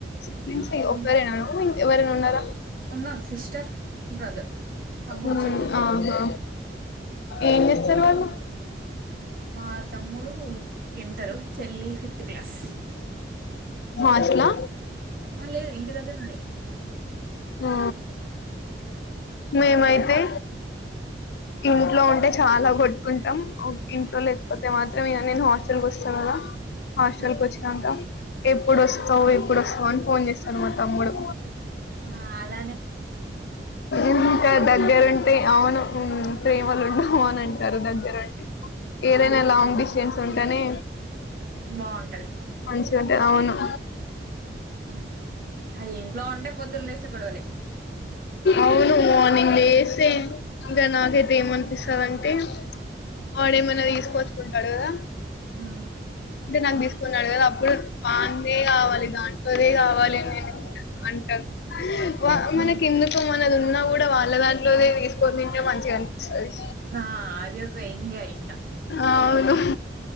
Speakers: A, on the left; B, on the right.
A: సిబ్లింగ్స్
B: ఉన్
A: ఒక్కరేనా ఎవరైనా ఉన్నారా
B: ఉన్నారు సిస్టర్, బ్రదర్. తమ్ముడు,
A: ఉమ్
B: చెల్లి.
A: అవునా ఏం చేస్తరు వాళ్ళు
B: మా తమ్ముడు ఇంటరు చెల్లి ఫిఫ్త్ క్లాస్
A: హాస్ట్ లా
B: ఆ లేదు ఇంటి దగ్గర నుండి
A: ఆ మేమైత్ తే ఇంట్లో ఉంటే చాలా కొట్టుకుంటాం ఇంట్లో లేకపోతే మాత్రం ఇక నేను హాస్టల్ కి వస్తన్నా హాస్టల్
B: ఆహా!
A: కి వచ్చినంకా ఎప్పుడు ఒస్తవ్ ఎప్పుడు ఒస్తవ్ అని ఫోన్ చేసాడు మా తమ్ముడు
B: ఆ అల
A: ఇంకా
B: గొడవలే.
A: దగ్గర ఉంటే అవును ప్రేమలు ఉండవు అని అంటారు దగ్గరుంటే ఏదైనా లాంగ్
B: హ్మ్.
A: డిస్టేన్స్ ఉం కనీ
B: బావుంటది.
A: మంచిగ ఉంట అవును
B: హ్మ్. ఆ! ఇంట్లో ఉంటే పొద్దున లేస్తే గొడవలే.
A: అవును మార్నింగ్ లేస్ స్తే ఇంకా నాకైతే ఏమనిపిస్తదంటే వాడేమన్న తీసుకొచ్చుకుంటాడు కదా
B: హ్మ్.
A: దినామ్ తిస్ కొన్నాడు కదా అప్పుడు వాందే కావాలి దాంట్లోదే కావాలి అంటా వా
B: హ్మ్.
A: మనకెందుకు మనదున్న కూడా వాళ్ళ దాంట్లోదే తీసుకొని తింటే మంచిగా అనిపిస్తది
B: ఆ అది ఒక ఎంజాయ్ ఇంకా.
A: ఆవును